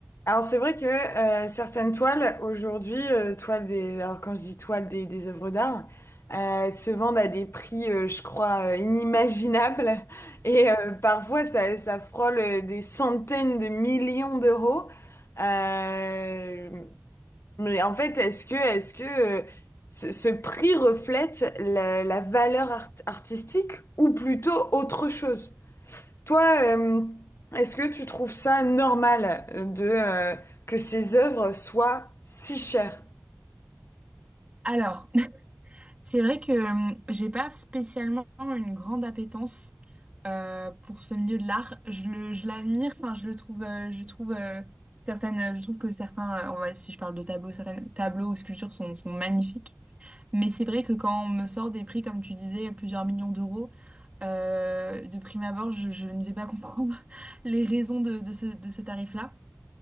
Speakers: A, on the left; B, on the right.
A: Alors c'est vrai que euh, certaines toiles aujourd'hui, euh, toiles des, alors quand je dis toiles des, des œuvres d'art, euh, se vendent à des prix, euh, je crois, euh, inimaginables. <laughs> Et euh, parfois ça, ça frôle euh, des centaines de millions d'euros. Euh, mais en fait, est-ce que, est-ce que euh, ce, ce prix reflète la, la valeur art- artistique ou plutôt autre chose? Toi, euh, est-ce que tu trouves ça normal euh, de euh, que ces œuvres soient si chères?
B: Alors, <laughs> c'est vrai que euh, j'ai pas spécialement une grande appétence euh, pour ce milieu de l'art. Je le, je l'admire, enfin je le trouve, euh, je trouve euh, certaines, je trouve que certains, euh, on va- si je parle de tableaux, certains tableaux ou sculptures sont, sont magnifiques. Mais c'est vrai que quand on me sort des prix, comme tu disais, plusieurs millions d'euros, euh, de prime abord, je, je ne vais pas <laughs> comprendre les raisons de, de ce, de ce tarif-là.